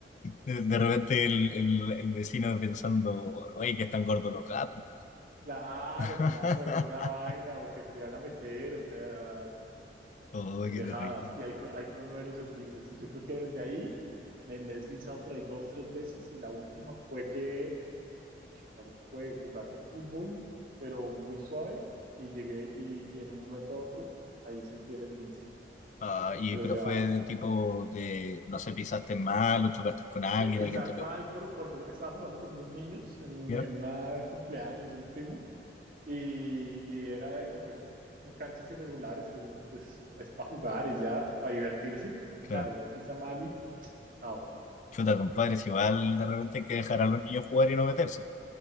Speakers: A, on the left (about 45°); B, on the right (about 50°).
A: De, de repente el, el- el vecino pensando, oye, que están gordos los gatos.
B: Claro,
A: <laughs>
B: claro, alguna vaina o que se le van a meter, o sea,
A: Oh,
B: pendejadas.
A: qué terrible.
B: Y ahí fue, ahí fue uno de los esguinces. Y yo creo que desde ahí me, me he esguinzado por ahí dos, tres veces. Y la última fue que cual fue jugando fútbol, pero muy suave, y llegué y, y en un momento a otro ahí sentí el esguince,
A: Ah, y,
B: pero
A: pero
B: ya
A: fue de tipo de, no sé, pisaste mal o chocaste con alguien,
B: pe- pisar
A: alguien te
B: mal
A: pegó.
B: por, por jugar, estaba jugando con unos niños en un
A: ¿Vieron?
B: en una cumpleaños de un primo y, y era de como estas canchas irregulares que uno pues, es para jugar y ya, para divertirse,
A: Claro.
B: claro, uno pisa mal y chao,
A: Chuta, compadres, igual de repente hay que dejar a los niños jugar y no meterse.